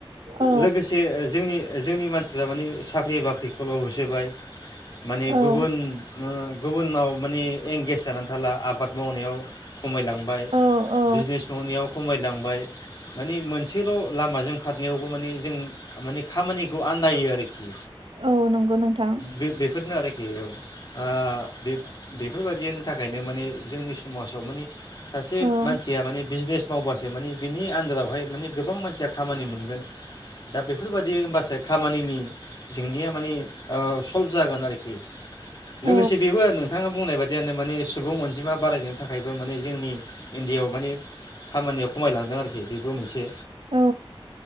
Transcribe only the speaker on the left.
लोगोसे जोंनि जोंनि मानसिफ्रा मानि साख्रि बाख्रिखौल' होसोबाय माने
गुबुन ओ गुबुनाव माने एंगेेज जानानै थाला आबाद मावनायाव खमायलांबाय
बिजनेस मावनायाव खमायलांबाय माने मोनसेल' लामाजों खारनायावबो माने जों माने खामानिखौ आन्दायो आरोखि।
बे बेफोरनो आरो। बे औ आ बेफ बेफोरबादियानो। थाखायनो माने जोंनि समाजाव माने सासे
मानसिया माने बिजनेस मावबासो माने बिनि आन्दारावहाय माने गोबां मानसिया खामानि मोनगोन दा बेफोरबादि बासो खामानिनि जोंनिया माने ओ सल्भ जागोन आरोखि
लोगोसे बेबो नोंथाङा बुंनाय बाद दियानो माने सुबुं अनजिमा बारायनो थाख थाखायबो माने जोंनि इण्डियाव माने खामानियाव खमायलांदों आरोखि बेबो मोनसे